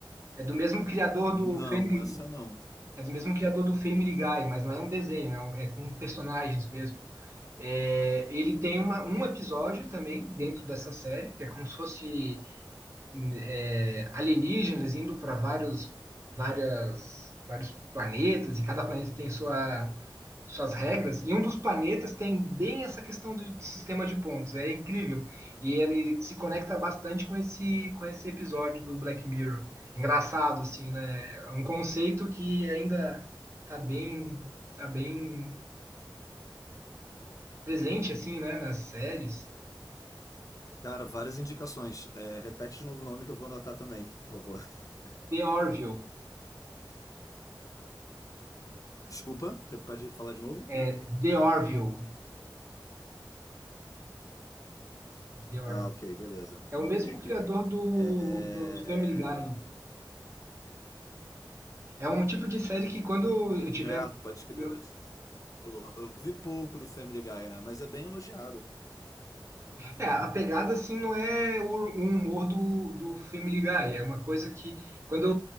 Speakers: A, on the right; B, on the left.
A: É do mesmo criador
B: Não,
A: do Family,
B: essa não.
A: é do mesmo criador do Family Guy, mas não é um desenho, é, um- é com personagens mesmo. É, ele tem uma, um episódio também dentro dessa série, que é como se fosse é, alienígenas indo para vários, várias, vários planetas, e cada planeta tem sua, suas regras, e um dos planetas tem bem essa questão de, de sistema de pontos, é incrível. E ele se conecta bastante com esse, com esse episódio do Black Mirror. Engraçado, assim, né? É um conceito que ainda está bem, tá bem presente, assim, né, nas séries.
B: Cara, várias indicações. É, repete de novo o nome que eu vou anotar também, por favor. <laughs>
A: The Orville.
B: Desculpa, pode falar de novo?
A: É, The Orville. The Orville.
B: Ah, ok, beleza.
A: É
B: Anotei
A: o mesmo
B: aqui.
A: criador do,
B: É,
A: do Family Guy. É um tipo de série que quando eu tiver.
B: É, pode crer.
A: eu-
B: tu falou. Eu vi pouco do Family Guy, né? Mas é bem elogiado.
A: É, é, a pegada assim não é o, o humor do, do Family Guy. É uma coisa que quando